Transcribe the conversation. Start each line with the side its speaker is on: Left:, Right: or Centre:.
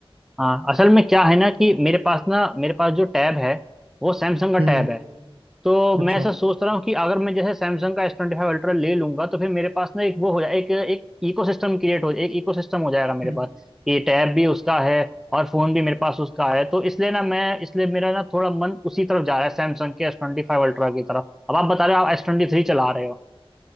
Centre: हाँ असल में क्या है ना कि मेरे पास ना मेरे पास जो टैब है वो सैमसंग का टैब
Right: हम्म हम्म,
Centre: है तो
Right: अच्छा
Centre: मैं ऐसा सोच रहा हूँ कि अगर मैं जैसे सैमसंग का एस ट्वेंटी फाइव अल्ट्रा ले लूंगा तो फिर मेरे पास ना एक वो हो जाए एक एक इकोसिस्टम क्रिएट हो एक इकोसिस्टम हो जाएगा मेरे
Right: हम्म
Centre: पास ये टैब भी उसका है और फोन भी मेरे पास उसका है तो इसलिए ना मैं इसलिए मेरा ना थोड़ा मन उसी तरफ जा रहा है सैमसंग के एस ट्वेंटी फाइव अल्ट्रा की तरफ अब आप बता रहे हो आप एस ट्वेंटी थ्री चला रहे हो